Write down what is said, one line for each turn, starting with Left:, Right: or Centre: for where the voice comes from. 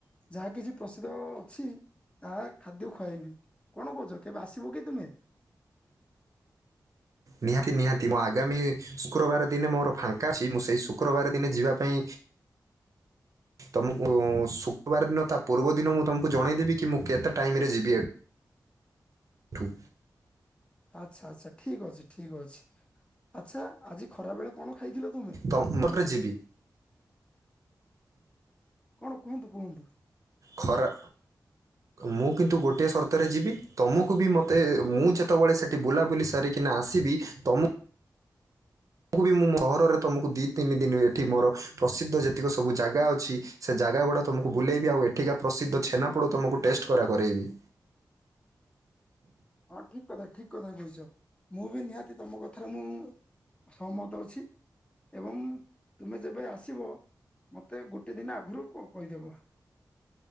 Left: ଯାହା କିଛି ପ୍ରସିଦ୍ଧ ଅଛି। ତା ଖାଦ୍ୟ ଖୁଆଇବି କଣ କହୁଛ କେବେ ଆସିବ କି ତୁମେ?
Right: ନିହାତି ନିହାତି ମୋ ଆଗାମୀ ଶୁକ୍ରବାର ଦିନେ ମୋର ଫାଙ୍କା ସେ ମୁଁ ସେଇ ଶୁକ୍ରବାର ଦିନେ ଯିବା ପାଇଁ ତୁମକୁ ଶୁକ୍ରବାର ଦିନ ତା ପୂର୍ବ ଦିନ ମୁଁ ତମକୁ ଜଣେଇଦେବି କି ମୁଁ କେତେ ଟାଇମରେ ଯିବି ଏ ଠୁ।
Left: ଆଚ୍ଛା ଆଚ୍ଛା ଠିକ ଅଛି ଠିକ ଅଛି ଆଚ୍ଛା ଆଜି ଖରା ବେଳ କଣ ଖାଇଥିଲ? ତୁମେ
Right: କମର ତ ଯିବି
Left: କଣ କୁହନ୍ତୁ କୁହନ୍ତୁ?
Right: ଖରା ମୁଁ କିନ୍ତୁ ଗୋଟିଏ ସର୍ତ୍ତରେ ଯିବି ତୁମକୁ ବି ମୋତେ ମୁଁ ଯେତେବେଳେ ସେଠି ବୁଲାବୁଲି ସାରିକିନା ଆସିବି। ତମୁ କୁ ବି ମୁଁ ସହରରେ ତୁମକୁ ଦିଇ ତିନି ଦିନ ଏଠି ମୋର ପ୍ରସିଦ୍ଧ ଯେତିକ ସବୁ ଜାଗା ଅଛି। ସେ ଜାଗା ଗୁଡ଼ା ତମକୁ ବୁଲେଇବି ଆଉ ଏଠିକା ପ୍ରସିଦ୍ଧ ଛେନାପୋଡ଼ ତୁମକୁ ଟେଷ୍ଟ କରା କରାଇବି।
Left: ହଁ ଠିକ କଥା ଠିକ କଥା କହିଛ ମୁଁ ବି ନିହାତି ତମ କଥାରେ ମୁଁ ସହମତ ଅଛି। ଏବଂ ତୁମେ ଯେବେ ଆସିବ ମୋତେ ଗୋଟେ ଦିନ ଆଗରୁ କହିଦବ।